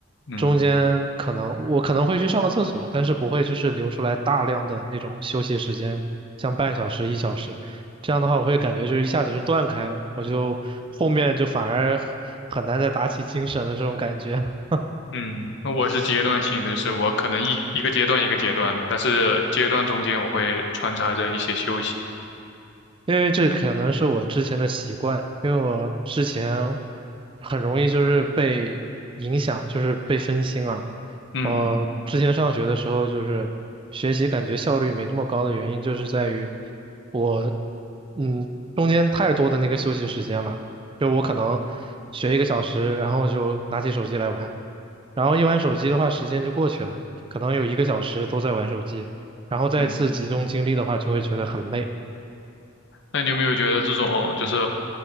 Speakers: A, on the left; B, on the right.
A: 嗯。
B: 中间可能我可能会去上个厕所，但是不会就是留出来大量的那种休息时间，像半小时、一小时，这样的话我会感觉就是一下子就断开了，我就后面就反而很难再打起精神了这种感觉。<laughs>
A: 嗯，那我是阶段性的，就是我可能一一个阶段一个阶段的，但是阶段中间我会穿插着一些休息。
B: 因为这可能是我之前的习惯，因为我之前很容易就是被影响，就是被分心啊。
A: 嗯
B: 我之前上学的时候，就是学习感觉效率没那么高的原因，就是在于我，嗯，中间太多的那个休息时间了，就我可能学一个小时，然后就拿起手机来玩，然后一玩手机的话，时间就过去了，可能有一个小时都在玩手机，然后再次集中精力的话，
A: 嗯，
B: 就会觉得很累。
A: 那你有没有觉得这种就是